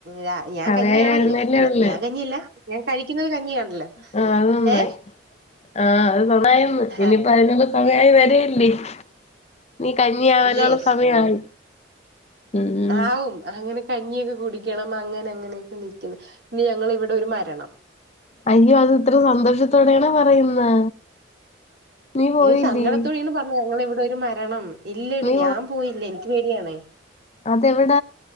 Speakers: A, on the right; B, on the left.
A: രാ ഞാൻ
B: സമയായി
A: കഞ്ഞിയാണല്ലോ
B: വരുന്നല്ലേ
A: അല്ല
B: ഉള്ളു
A: ഞാൻ കഞ്ഞിയല്ല ഞാൻ കഴിക്കുന്നത് കഞ്ഞിയാണല്ലോ
B: ആ അത് നന്നായി
A: ഏ
B: ആ അത് നന്നായെന്ന് ഇനിയിപ്പോ
A: അതെ
B: അയ്നൊക്കെ സമയായി വര ഇല്ലേ ഇനി കഞ്ഞി ആവാനുള്ള
A: യെസ്
B: സമയായി
A: അങ്ങനെ
B: ഉം
A: ആവും അങ്ങനെ കഞ്ഞിയൊക്കെ കുടിക്കണം അങ്ങനെ അങ്ങനെയൊക്കെ നിക്ക്‌ന്ന് ഇന്ന് ഞങ്ങളെവടെ ഒരു മരണം
B: അയ്യോ അത് ഇത്ര സന്തോഷത്തോടെയാണോ പറയുന്നെ നീ പോയില്ലേ
A: സങ്കടത്തോടെയാണ് പറഞ്ഞത് ഞങ്ങളെ ഇവടൊരു മരണം ഇല്ലെടി
B: നീ
A: ഞാൻ പോയില്ല എൻക്ക് പേടിയാണെ
B: അതെവിട